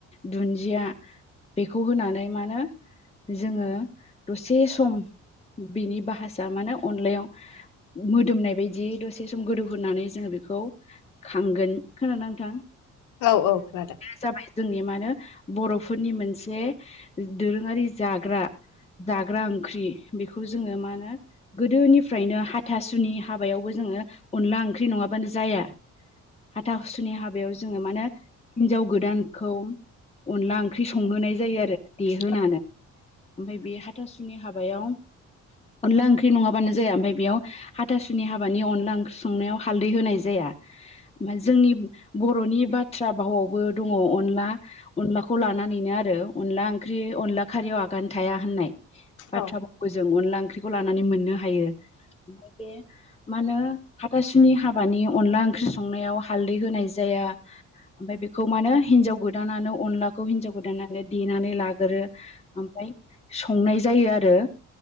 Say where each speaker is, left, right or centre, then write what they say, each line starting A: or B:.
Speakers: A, on the left (about 20°); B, on the left (about 85°).
A: दुन्दिया बेखौ होनानै माहोनो जोङो दसे सम बिनि बाहासा माने अनलायाव मोदोमनाय बायदि दसे सम गोदौ होनानै जोङो बे खौ खांगोन खोनादोंना‌ नोंथां
B: औ औ खोनादों
A: जाबाय जोंनि मा बर'फोरनि मोनसे दोरोङारि जाग्रा जाग्रा ओंख्रि बेखौ जोङो मा होनो गोदोनिफ्रायनो हाथासुनि हाबायावबो जों जङो अनला ओंख्रि नङाबानो जाया हाथा हुासुनि हाबायाव जोङो मानो हिनजाव गोदानखौ अनला ओंख्रि संहोनाय जायो आरो देहोनानै
B: खोनादों
A: ओमफाय बे हाथासुनि हाबायाव अनला ओंख्रि नङाबानो जाया ओमफाय बेयाव हाथासुनि हाबानि अनला ओंख्रि संनायाव हालदै होनाय जाया जोंनि बर'नि बाथ्रा भावावबो दङ अनला अनलाखौ लानानैनो आरो अनला ओंख्रिअनला खारियाव आगान थाया होननाय बाथ्रा
B: औ
A: जों अनला ओंख्रिखौ लानानै मोननो हायो ओमफ्राय बे मा होनो हाथासुनि हाबानि अनला ओंख्रि संनायाव हालदै होनाय जाया ओमफाय बेखौ माने हिनजाव गोदानानो अनलाखौ हिनजाव गोदानानो देनानै लागोरो ओमफाय संनाय जायो आरो